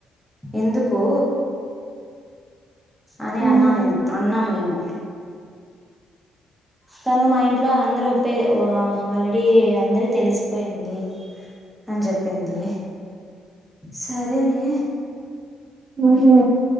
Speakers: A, in the centre; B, on the right.
A: ఎందుకు అని
B: హ్మ్.
A: అన్నా నేను అన్నాం మేము తను మా ఇంట్లో అందరు ఒప్పే ఆల్రెడీ అందరి తెలిసిపోయింది. అని చెప్పింది సరేలే
B: ఉ ఉ